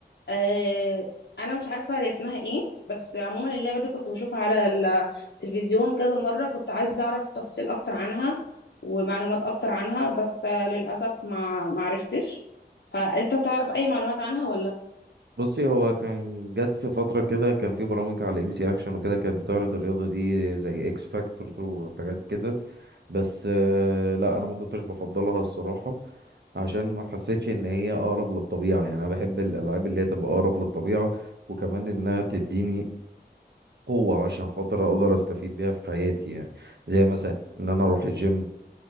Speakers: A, on the left (about 75°); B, on the right (about 75°).
A: آه انا مش عارفه هي اسمها ايه بس عموما اللعبه دي كنت بشوفها على التلفزيون كذا مره كنت عايزه اعرف تفاصيل اكتر عنها ومعلومات اكتر عنها بس آه، للاسف ما ما عرفتش فانت تعرف اي معلومات عنها ولا
B: بصي هو كان جت في فترة كده كان في برامج على ام سي اكشن وكده كانت بتعرض الرياضة دي زي اكس فاكتور وحاجات كده بس آه، لا انا ما كنتش بفضلها الصراحة عشان ما حسيتش ان هي اقرب للطبيعة يعني انا بحب الالعاب اللي هي تبقى اقرب للطبيعة وكمان انها تديني قوة عشان خاطر اقدر استفيد بيها في حياتي يعني زي مثلا ان انا اروح الجيم